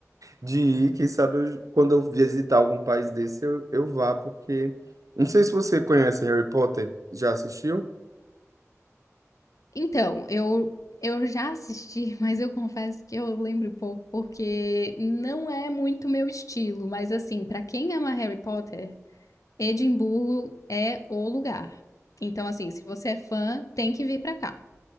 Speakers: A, on the right; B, on the left.
A: de ir, quem sabe eu- quando eu visitar algum país desse eu, eu vá, porque não sei se você conhece Harry Potter, já assistiu?
B: Então, eu, eu já assisti, <laughs> mas eu confesso que eu lembro pouco, porque não é muito meu estilo. Mas, assim, pra quem ama Harry Potter, Edimburgo é o lugar. Então, assim, se você é fã, tem que vir pra cá.